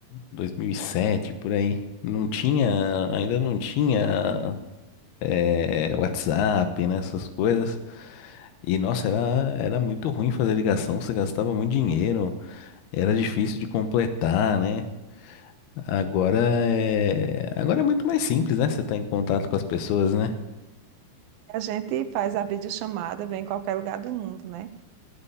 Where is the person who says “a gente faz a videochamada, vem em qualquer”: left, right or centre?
Right